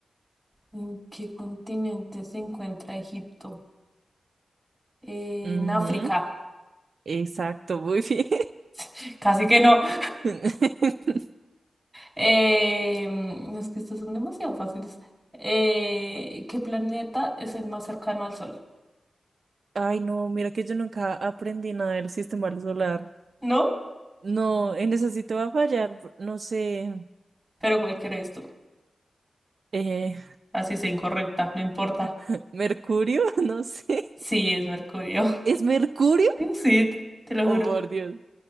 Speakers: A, on the right; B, on the right.
A: ¿En qué continente se encuentra Egipto? Eh,
B: Ujú,
A: en África.
B: Exacto, muy bien.
A: <laughs> Casi que no. <laughs>
B: <laughs>
A: Em, es que estos son demasiado fáciles. Eh, ¿qué planeta es el más cercano al Sol?
B: Ay, no, mira que yo nunca aprendí nada del sistema solar.
A: ¿No?
B: No, en eso sí te va a fallar. No sé.
A: Pero cualquiera es tú.
B: Eh,
A: Así sea incorrecta, no importa.
B: <laughs> ¿Mercurio? <laughs> No sé.
A: Sí, es Mercurio.
B: ¿Es Mercurio?
A: <laughs> Sí, te lo
B: Oh,
A: juro.
B: por Dios.